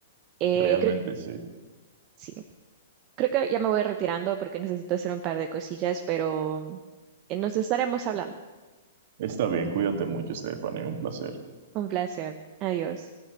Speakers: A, on the right; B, on the right.
A: Eh,
B: realmente
A: creo,
B: sí.
A: sí, creo que ya me voy retirando porque necesito hacer un par de cosillas, pero eh, nos estaremos hablando.
B: Está bien, cuídate mucho, Stephanie, un placer.
A: Un placer. Adiós.